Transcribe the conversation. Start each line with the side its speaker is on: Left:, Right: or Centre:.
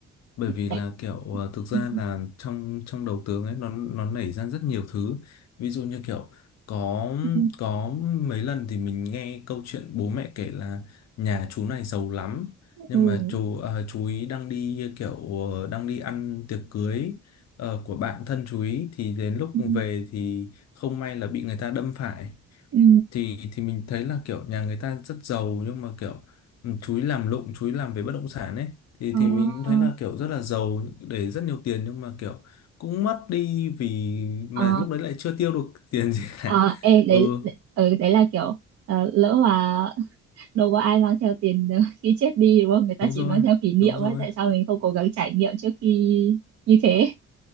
Left: Bởi vì
Right: Tại...
Left: là kiểu ờ, thực ra
Right: Ừ.
Left: là trong trong đầu tường ấy nó nó nảy ra rất nhiều thứ. Ví dụ như kiểu có
Right: Ừ.
Left: có mấy lần thì mình nghe câu chuyện bố mẹ kể là nhà chú này giàu lắm nhưng
Right: ừ
Left: mà chú ờ, chú ý đang đi kiểu ờ, đang đi ăn tiệc cưới ờ, của bạn thân chú ý thì đến lúc
Right: Ừ.
Left: về thì không may là bị người ta đâm phải
Right: Ừ.
Left: thì thì mình thấy là kiểu nhà người ta rất giàu nhưng mà kiểu ừ, chú ý làm lụng chú ý làm về bất động sản ấy thì
Right: Ờ.
Left: thì mình cũng thấy là kiểu rất là giàu để rất nhiều tiền nhưng mà kiểu cũng mất đi vì mà
Right: Ờ.
Left: lúc đấy lại chưa tiêu được <laughs> tiền gì
Right: Ờ.
Left: cả
Right: Ê,
Left: <laughs>
Right: đấy,
Left: ừ
Right: đấy, ừ, đấy là kiểu ờ, lỡ mà <laughs> đâu có ai mang theo tiền <laughs> khi chết đi đúng không? Người ta
Left: đúng
Right: chỉ
Left: rồi
Right: mang theo kỷ niệm
Left: đúng rồi
Right: ấy. Tại sao mình không cố gắng trải nghiệm trước khi như thế?